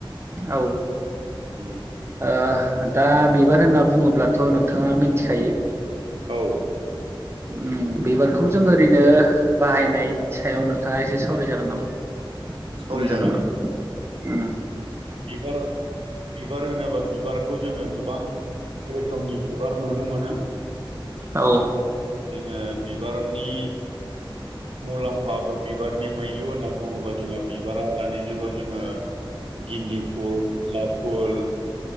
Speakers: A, on the right (about 30°); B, on the right (about 80°).
A: औ
B: उम
A: ओ दा बिबार होनना बुङोब्लाथ' नोंथाङा मिथिखायो।
B: औ
A: ओम बिबारखौ जों ओरैनो बाहायनाय सायाव नोंथाङा एसे सावरायजागोन नामा।
B: सावरायजागोन
A: बुंजागोन नामा ओम।
B: बिबार बिबार होनोबा बिबारखौ जोङो गोबां रोखोमनि बिबार नुनो मोनो।
A: औ
B: जोङो बिबारनि मुलाम्फा बा बिबारनि मैलु होनना बुङोबा जोङो बिबारा दानि जुगाव जोङो गिन्दि फुल गुलाब फुल